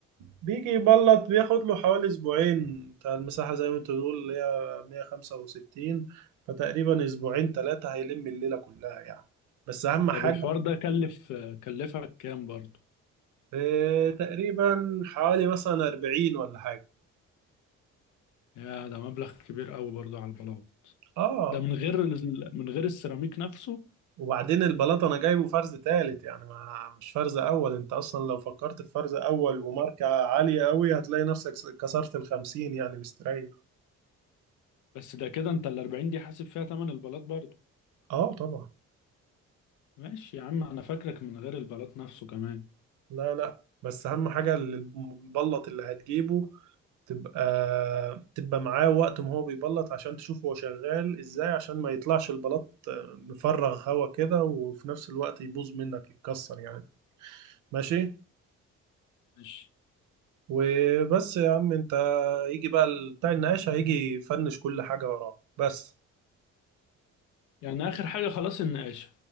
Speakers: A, on the right (about 80°); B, on the left (about 80°).
A: بيجي يبلط بياخد له حوالي اسبوعين بتاع المساحة زي ما انت بتقول اللي هي 165 فتقريبا اسبوعين ثلاثة هيلم الليلة كلها يعني بس اهم
B: طب
A: حاجة
B: الحوار ده كلف كلفك كام برضو
A: آه، تقريبا حوالي مثلا 40 ولا حاجة
B: يا ده مبلغ كبير قوي برضو على البلاط
A: اه
B: ده من غير ال- من غير السيراميك نفسه
A: وبعدين البلاط انا جايبه فرز تالت يعني ما مش فرز اول انت اصلا لو فكرت في فرز اول وماركة عالية قوي هتلاقي نفسك كسرت الخمسين يعني مستريح
B: بس ده كده انت ال 40 دي حاسب فيها تمن البلاط برضو
A: اه طبعا
B: ماشي يا عم انا فاكرك من غير البلاط نفسه كمان
A: لا لا بس اهم حاجة البلط اللي هتجيبه تبقى تبقى معاه وقت ما هو بيبلط عشان تشوف هو شغال ازاي عشان ما يطلعش البلاط مفرغ هوا كده وفي نفس الوقت يبوظ منك يتكسر يعني ماشي
B: ماشي
A: وبس يا عم انت يجي بقى ال- بتاع النقاش هيجي يفنش كل حاجة وراه بس
B: يعني اخر حاجة خلاص النقاشة